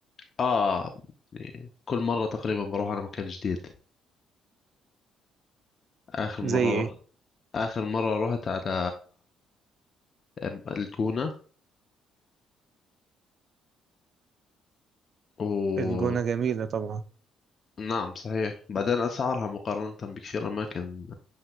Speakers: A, on the left; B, on the right.
A: اه يعني كل مرة تقريبا بروح على مكان جديد اخر مرة
B: زي ايه
A: رحت، آخر مرة رحت على أم- الجونة و
B: الجونة جميلة طبعا
A: نعم صحيح بعدين أسعارها مقارنة بكثير أماكن